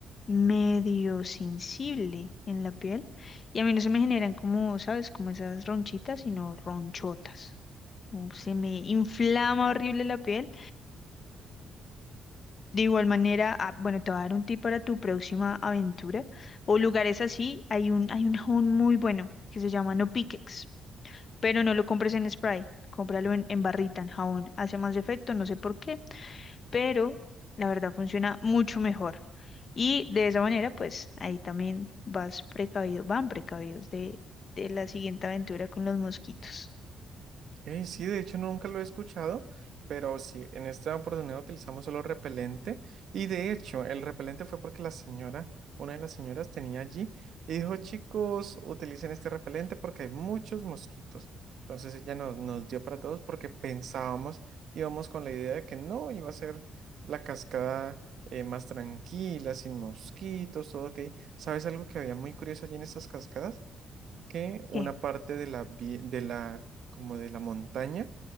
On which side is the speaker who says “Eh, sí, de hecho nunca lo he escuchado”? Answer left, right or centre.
Right